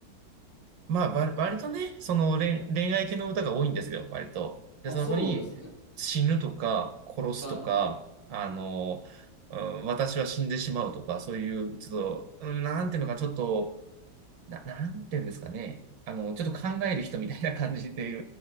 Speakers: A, on the right; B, on the left.
A: まあ、わ割とね、その恋、恋愛系の歌が多いんですよ、割と。で、
B: あ、
A: そこに死ぬとか、
B: そうなんですね。
A: 殺すとか、
B: はい。
A: あの、うん、私は死んでしまうとか、そういう、ちょっと、うんなんていうのか、ちょっと、な、なんていうんですかね。あの、ちょっと考える人みたいな感じで言